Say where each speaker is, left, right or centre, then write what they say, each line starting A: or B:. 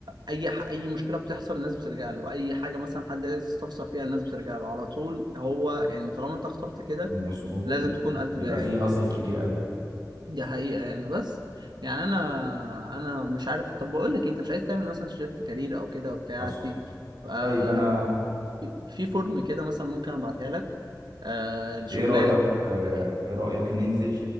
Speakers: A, on the right; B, on the right.
A: اي ح... اي مشكله بتحصل الناس بترجع له اي حاجه مثلا حد عايز يستفسر فيها الناس بترجع له على طول هو يعني طالما انت اخترت كده
B: مظبوط
A: لازم تكون قد
B: بيبقى
A: ده يعني
B: فيه هاصل كبير قوي
A: دي حقيقه يعني بس يعني انا انا مش عارف طب بقول لك إيه، انت مش عايز تعمل مثلا شيفت كارير او كده وبتاع
B: حصل
A: تيجي آه
B: طيب انا
A: في في فورم كده مثلا ممكن ابعتها لك آه لشغلان
B: ايه رأيك آه،
A: آه
B: ايه رأيك ننزل